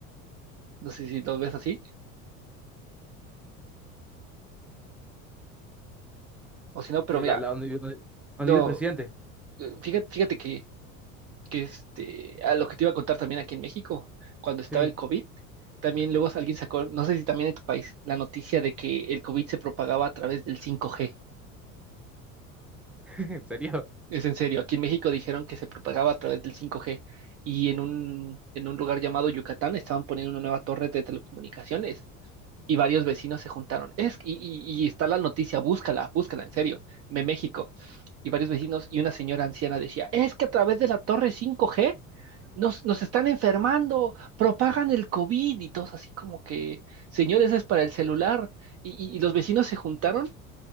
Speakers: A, on the right; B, in the centre.
A: No sé si los ves así, o si no, pero
B: La,
A: mira,
B: la donde, vive- donde,
A: no,
B: donde vive el presidente.
A: eh, fíjate, fíjate que, que este, a lo que te iba a contar también aquí en México, cuando
B: Sí,
A: estaba el COVID, también luego alguien sacó, no sé si también en tu país, la noticia de que el COVID se propagaba a través del 5G.
B: <laughs> ¿en serio?
A: Es en serio, aquí en México dijeron que se propagaba a través del 5G y en un, en un lugar llamado Yucatán estaban poniendo una nueva torre de telecomunicaciones y varios vecinos se juntaron. Es, y, y- y está la noticia, búscala, búscala, en serio, de México. Y varios vecinos y una señora anciana decía, es que a través de la torre 5G nos, nos están enfermando, propagan el COVID y todos así como que, señores, es para el celular. y y- y los vecinos se juntaron